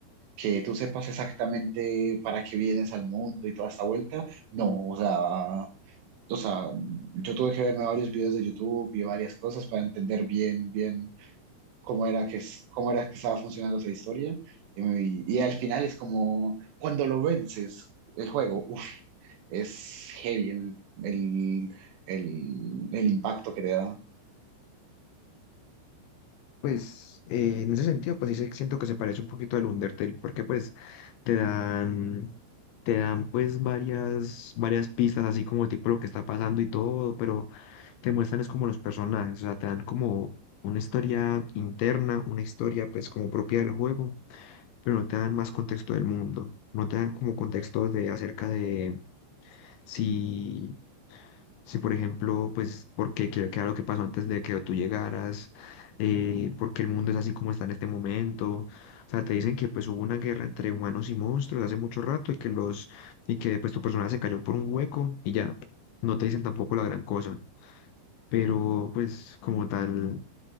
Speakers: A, on the right; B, on the left.
A: que tú sepas exactamente para qué vienes al mundo y toda esta vuelta, no, o sea, o sea, yo tuve que verme varios videos de YouTube y varias cosas para entender bien, bien cómo era que, es- cómo era que estaba funcionando esa historia. Y, me- y al final es como, cuando lo vences, el juego, uff, es heavy el, el, el, el impacto que te da.
B: Pues eh, en ese sentido, pues sí se- siento que se parece un poquito al Undertale, porque pues te dan, te dan pues varias, varias pistas, así como tipo lo que está pasando y todo, pero te muestran es como los personajes, o sea, te dan como una historia interna, una historia pues como propia del juego, pero no te dan más contexto del mundo, no te dan como contexto de acerca de si si, por ejemplo, pues, porque qué qué era lo que pasó antes de que tú llegaras, eh, por qué el mundo es así como está en este momento. O sea, te dicen que pues hubo una guerra entre humanos y monstruos hace mucho rato y que los, y que pues tu personaje se cayó por un hueco y ya. No te dicen tampoco la gran cosa. Pero pues como tal,